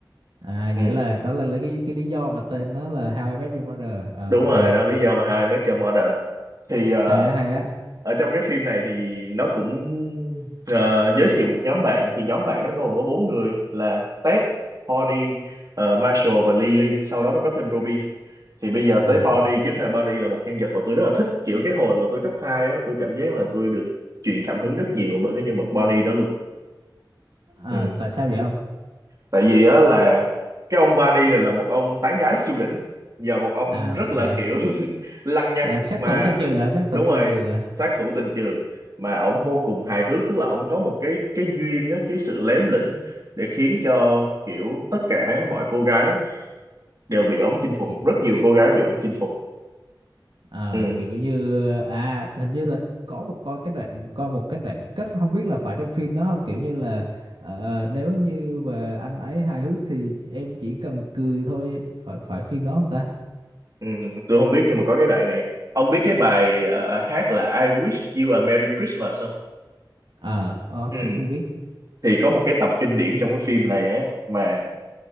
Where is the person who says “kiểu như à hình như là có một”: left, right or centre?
Right